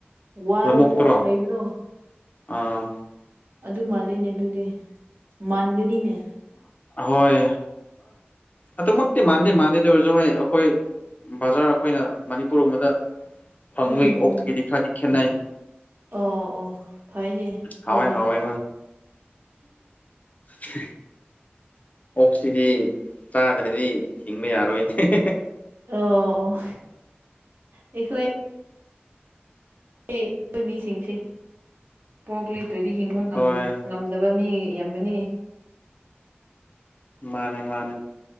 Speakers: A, on the right (about 55°); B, on the left (about 40°).
A: ꯋꯥꯜ
B: ꯂꯧꯕꯨꯛꯇꯔꯣ
A: ꯄꯣꯛ ꯂꯩꯕꯗꯣ
B: ꯑꯥ
A: ꯑꯗꯨ ꯃꯥꯜꯂꯤꯅꯦ ꯑꯗꯨꯗꯤ ꯃꯥꯟꯒꯅꯤꯅꯦ
B: ꯍꯣꯏ ꯑꯗꯨꯃꯛꯇꯤ ꯃꯥꯟꯗꯦ ꯃꯥꯟꯗꯦꯗ ꯑꯣꯏꯔꯁꯨ ꯍꯣꯏ ꯑꯩꯈꯣꯏ ꯕꯖꯥꯔ ꯑꯩꯈꯣꯏꯅ ꯃꯅꯤꯄꯨꯔꯒꯨꯝꯕꯗ ꯐꯪꯕꯣꯏꯒꯤ
A: ꯎꯝ
B: ꯑꯣꯛꯇꯒꯤꯗꯤ
A: ꯎꯝ
B: ꯈꯔꯗꯤ ꯈꯦꯠꯅꯩ
A: ꯑꯣ ꯑꯣ ꯐꯥꯏꯅꯦ ꯑꯗꯨꯗꯤ
B: ꯍꯥꯎꯋꯦ ꯍꯥꯎꯋꯦ ꯎ ꯑꯣꯛꯁꯤꯗꯤ ꯆꯥꯗ꯭ꯔꯗꯤ ꯍꯤꯡꯕ ꯌꯥꯔꯣꯏꯅꯦ
A: ꯑꯣ ꯑꯣ ꯑꯩꯈ ꯑꯩ ꯑꯩꯈꯣꯏ ꯃꯤꯁꯤꯡꯁꯦ ꯄꯣꯛ ꯂꯩꯇ꯭ꯔꯣꯏꯗꯤ ꯍꯤꯡꯕ
B: ꯍꯣꯏ
A: ꯉꯝꯗꯕ ꯃꯤ ꯏ ꯌꯥꯝꯕꯅꯤ
B: ꯃꯥꯅꯦ ꯃꯥꯅꯦ